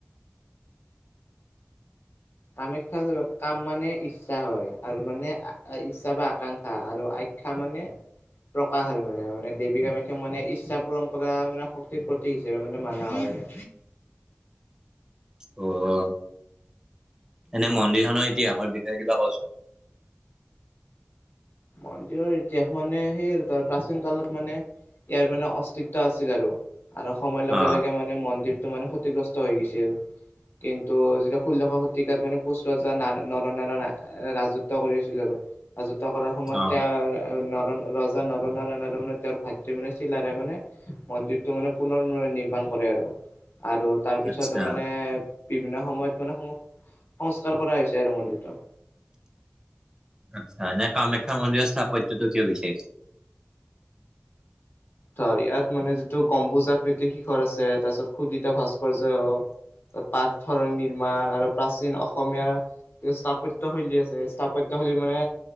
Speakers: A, on the left; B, on the right.
A: কামাখ্যা কাম মানে ইচ্ছা হয় আৰু মানে ইচ্ছা বা আকাংক্ষা আৰু আ ক্ষা মানে প্ৰকাশ আৰু মানে আৰু দেৱী কামাখ্যা মানে ইচ্ছা পূৰণ কৰা মানে শক্তিৰ প্ৰতি প্ৰতিক হিচাপে মানে মানা হয় আৰু।
B: অ', অ'। এনে মন্দিৰখনৰ ইতিহাসৰ বিষয়ে কিবা কচোন?
A: মন্দিৰৰ ইতিহাস মানে সেই আৰু প্ৰাচীন কালত মানে ইয়াৰ মানে অস্তিত্ব আছিল আৰু। আৰু সময়ৰ লগে
B: অ
A: লগে মানে মন্দিৰটো মানে ক্ষতিগ্ৰস্ত হৈ গৈছিল। কিন্তু যেতিয়া ষোল্লশ শ তিকাত মানে কোঁচ ৰজা না-নৰনাৰায়ণে ৰাজত্ব কৰিছিল আৰু ৰাজত্ব কৰা সময়ত
B: অ
A: তেওঁ নৰ-ৰজা নৰনাৰণ আৰু মানে তেওঁৰ ভাতৃ মানে চিলাৰাই মানে মন্দিৰটো মানে পুনৰ নিৰ্মাণ কৰে আৰু, আৰু তাৰপিছতো
B: আচ্ছা
A: মানে বিভিন্ন সময়ত মানে সং সংস্কাৰ কৰা হৈছে আৰু মন্দিৰটো।
B: আচ্ছা, এনে কামাখ্যা মন্দিৰৰ স্থাপত্যটো কিয় বিচাৰিছে?
A: ধৰ ইয়াত মানে যিটো গম্বুজাকৃতিৰ শিখৰ আছে তাৰপিছত সুদিতা ভাস্কৰ্য হওক পাৰ্থৰৰ নিৰ্মাণ আৰু প্ৰাচীন অসমীয়া স্থাপত্য শৈলী আছে, স্থাপত্য শৈলী মানে